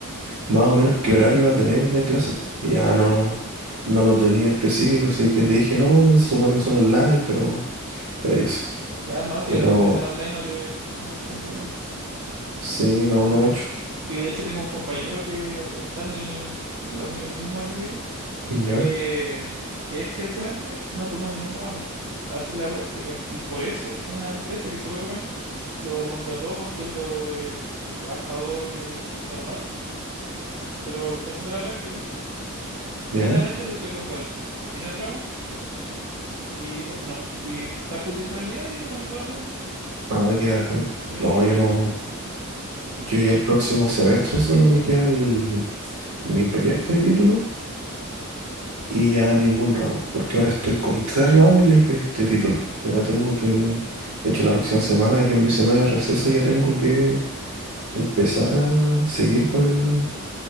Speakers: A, on the right (about 85°); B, on the right (about 75°).
A: más o menos qué horario va a tener de clase. Y Ya
B: Sí, po.
A: no, no lo tenía específico, así que le dije, no, se supone que son online, pero, pero y eso.
B: Claro, no, si,
A: Pero
B: aunque sean online no, le- no les conviene.
A: sí, no,
B: Sí.
A: no mucho.
B: Sí, de hecho tengo un compañero que eh, está en el, en la mi- en el mismo año que yo,
A: Ya,
B: que, que este semestre no tomó ni un ramo para hacer la práctica. Y por eso una empresa que es súper buena lo contrató con sueldo de, de trabajador normal, pero que está haciendo la práctica, netamente
A: ya.
B: porque le preguntaron, ¿tienes ramos? Y dijo, no. Y está full disponibilidad y lo contrataron de una.
A: Ah, qué bacán.
B: Sí,
A: No, yo no, yo ya el próximo semestre solo me queda el- mi proyecto de título y ya ningún ramo, porque ahora estoy con tres ramos y el proyecto de título. Que
B: claro.
A: ahora tengo que, de hecho la próxima semana, que es mi semana de receso, ya tengo que empezar a seguir con el,